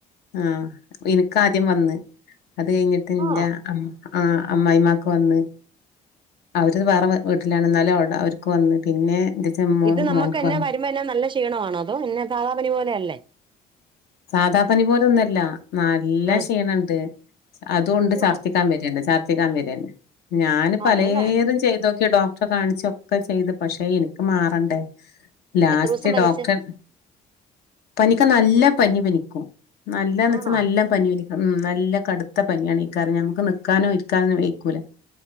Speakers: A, on the left (about 70°); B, on the right (about 30°).
A: ആ എനക്ക് ആദ്യം വന്ന് അത് കഴിഞ്ഞിട്ട് എന്റെ
B: ആ
A: അമ് ആഹ അമ്മായിയമ്മാക്ക് വന്ന് അവര് വേറെ
B: ഉം
A: വ് വീട്ടിലാണ്
B: ഉം.
A: എന്നാലും അവടെ അവര് ക്കെ വന്ന് പിന്നെ എന്റെ ചെമ്മോ
B: ഇത് നമ്മുക്ക്
A: മോൻക്ക്
B: എന്നെ
A: വന്ന്
B: വരുമ്പോ എന്ന നല്ല ക്ഷീണമാണോ അതോ എന്ന സാധാ പനി പോലെ അല്ലേ.
A: സാധാ പനി പോലൊന്നുല്ല. നല്ല
B: ആ
A: ക്ഷീണണ്ട്, അതുകൊണ്ട്
B: ആണോ
A: ശർദിക്കാൻ വരന്നെ ശ ദിക്കാൻ വരാണ്. ഞാന് പലേതും
B: അതെല്ലേ
A: ചെയ്തോ ഡോക്ടറെ കാണിച്ചൊക്കെ ചെയ്തു പഷേ എനിക്ക് മാറണ്ടേ. ലാസ്റ്റ്
B: എത്ര ദിവസം പനിച്ച്
A: ഡോക്ടർ പനി നല്ല പനി പനിക്കും. നല്ലെന്ന് വെച്ചാൽ
B: ആണോ
A: നല്ല പനി വലി ഉം നല്ല കടുത്ത പനിയാണ്, ഈ കറി ഞമ്മുക്ക് നിക്കാനോ ഇരിക്കാനോ വെക്കൂല.